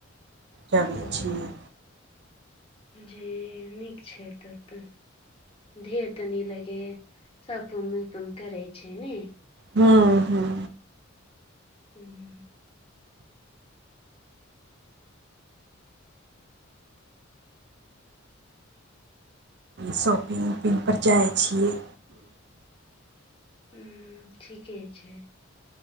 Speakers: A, on the right; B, on the left.
A: जाबै
B: हं
A: छियै
B: जी नीक छै तब तऽ। देर तनी लगे, सब कामो ताम करै छै ने।
A: हूं हूं।
B: हूँ।
A: शॉपिंग उपिंग पर जाइ छियै।
B: हूं ठीके छै